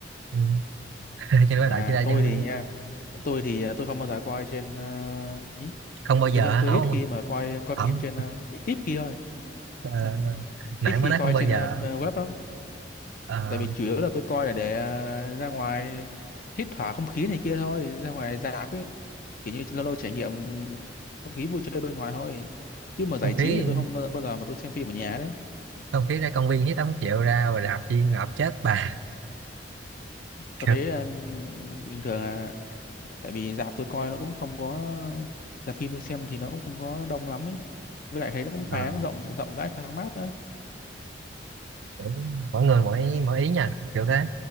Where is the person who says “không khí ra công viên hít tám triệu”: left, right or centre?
Right